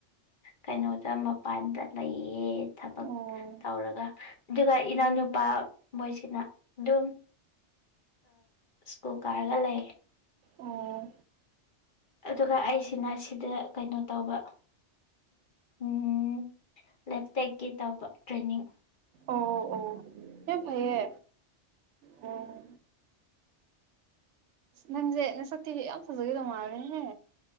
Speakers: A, on the left; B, on the right.
A: ꯀꯩꯅꯣꯗ ꯃꯄꯥꯟꯗ ꯂꯩꯌꯦ ꯊꯕꯛ
B: ꯑꯣ
A: ꯇꯧꯔꯒ ꯑꯗꯨꯒ ꯏꯅꯥꯎꯅꯨꯄꯥ ꯃꯣꯏꯁꯤꯅ ꯑꯗꯨꯝ ꯁ꯭ꯀꯨꯜ ꯀꯥꯔꯒ ꯂꯩ
B: ꯑꯣ
A: ꯑꯗꯨꯒ ꯑꯩꯁꯤꯅ ꯁꯤꯗ ꯀꯩꯅꯣ ꯇꯧꯕ ꯎꯝ ꯂꯦꯞꯇꯦꯛꯀꯤ ꯇꯝꯕ ꯇ꯭ꯔꯦꯟꯅꯤꯡ
B: ꯑꯣ ꯑꯣ ꯑꯦ ꯌꯥꯝꯅꯥ ꯐꯩꯌꯦ ꯑꯣ ꯅꯪꯁꯦ ꯅꯁꯛꯇꯤ ꯌꯥꯝ ꯐꯖꯈꯤꯗꯧ ꯃꯥꯜꯂꯦꯍꯦ